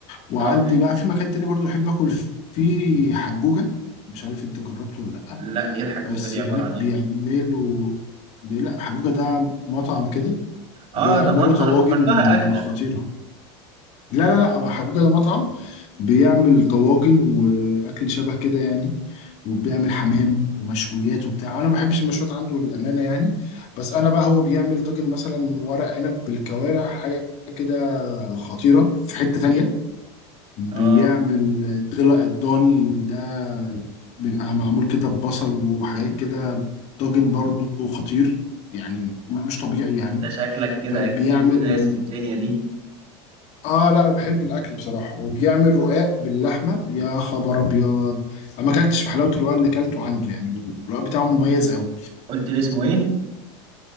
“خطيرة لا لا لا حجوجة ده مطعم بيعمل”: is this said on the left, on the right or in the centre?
Left